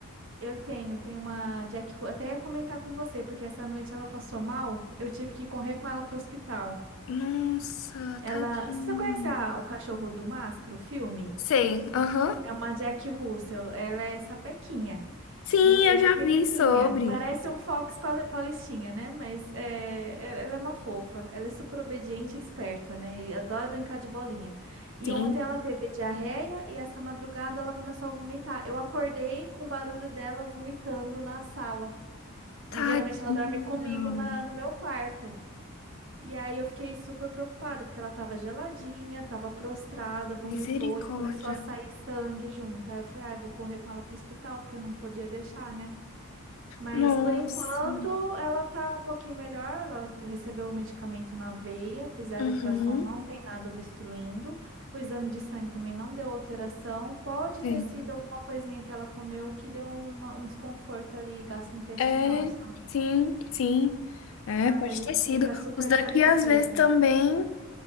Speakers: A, on the right; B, on the left.
A: Eu tenho, tenho uma Jack Russell, até ia comentar com você, porque essa noite ela passou mal, eu tive que correr com ela para o hospital.
B: Nossa,
A: Ela.
B: tadinho.
A: Você só conhece a- o Cachorro do Máscara, o filme?
B: Sei, aham.
A: É uma Jack Russell. Ela é sapequinha
B: Sim,
A: e
B: eu
A: é
B: já
A: pequenininha.
B: vi sobre.
A: Parece um Fox pali- Paulistinha, né? Mas é, é- ela é uma fofa. Ela é super obediente e esperta, né? E adora brincar de bolinha. E
B: Sim.
A: ontem ela teve diarreia e essa madrugada ela começou a vomitar. Eu acordei com o barulho dela vomitando na sala.
B: Tadinho.
A: E geralmente ela dorme comigo na- no meu quarto. E aí eu fiquei super preocupada, porque ela tava geladinha, tava prostrada, vomitou
B: Misericórdia.
A: e começou a sair sangue junto. Aí eu falei, ah, eu vou correr com ela pro hospital, porque eu não podia deixar, né? Mas
B: Nossa.
A: por enquanto ela tá um pouquinho melhor, ela recebeu o medicamento na veia, fizeram
B: Uhum.
A: ultrassom, não tem nada obstruindo. O exame de sangue também não deu alteração. Pode
B: Sei.
A: ter sido alguma coisinha que ela comeu que deu uma- um desconforto ali gastrointestinal,
B: É,
A: sabe?
B: sim, sim. É,
A: Ah,
B: pode
A: mas a
B: ter
A: gente
B: sido.
A: fica super
B: Os daqui
A: apreensivo.
B: às vezes também